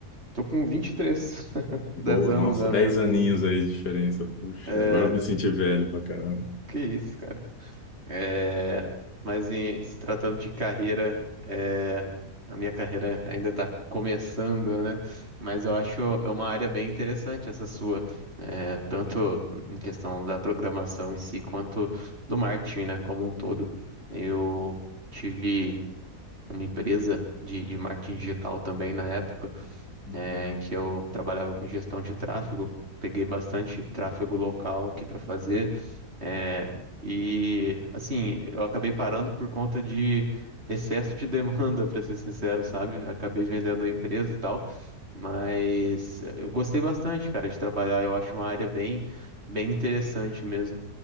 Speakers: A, on the right; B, on the left.
A: Tô com 23, <laughs>
B: Boa,
A: 10 anos
B: nossa,
A: a
B: 10
A: menos,
B: aninhos
A: hein?
B: aí de diferença. Puxa,
A: É,
B: agora eu me senti velho pra caramba.
A: que isso, cara. É, mas em, se tratando de carreira, é, a minha carreira ainda está começando, né? Mas eu acho é uma área bem interessante essa sua, é, tanto em questão da programação em si, quanto do marketing, né, como um todo. Eu tive uma empresa de, de marketing digital também na época, é,
B: Legal.
A: em que eu trabalhava com gestão de tráfego. Peguei bastante tráfego local aqui para fazer. É, e assim, eu acabei parando por conta de excesso de demanda, <laughs> para ser sincero, sabe? Acabei vendendo a empresa e tal, mas eu gostei bastante, cara, de trabalhar. Eu acho uma área bem, bem interessante mesmo,